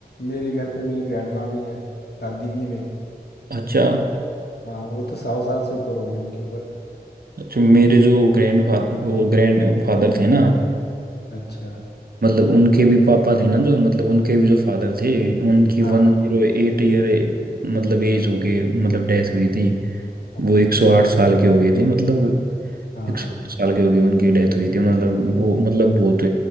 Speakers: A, on the left; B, on the right.
A: मेरे घर पे मेरी ग्रैंड माँ भी है दादी भी है मेरी
B: अच्छा
A: हाँ वो तो सौ साल से ऊपर हो गई है उनके ऊपर
B: अच्छा मेरे जो ग्रैंड फादर वो ग्रैंड फादर थे ना
A: अच्छा
B: मतलब उनके भी पापा थे ना जो मतलब उनके भी जो फादर थे उनकी वन
A: हाँ
B: जीरो एट ईयर मतलब एज हो गई मतलब डेथ हुई थी
A: अच्छा
B: वो एक सौ आठ साल के हो गए थे मतलब
A: हाँ
B: एक सौ आठ साल के हो गए उनकी डेथ हुई थी मतलब वो मतलब बहुत